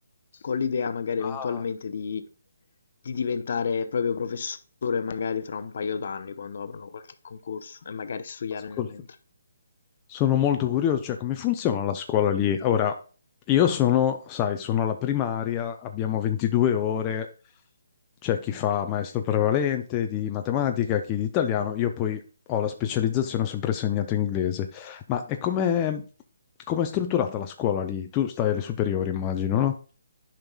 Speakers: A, on the left (about 50°); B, on the left (about 20°).
A: con l'idea magari
B: Ah,
A: eventualmente di di diventare proprio professore magari fra un paio d'anni quando aprono qualche concorso e magari studiare
B: ascolta.
A: nel mentre.
B: Sono molto curioso, cioè come funziona la scuola lì? Ora, io sono, sai, sono alla primaria, abbiamo 22 ore, c'è chi fa maestro prevalente di matematica, chi di italiano, io poi ho la specializzazione, ho sempre insegnato inglese. Ma è come come è strutturata la scuola lì? Tu stai alle superiori, immagino, no?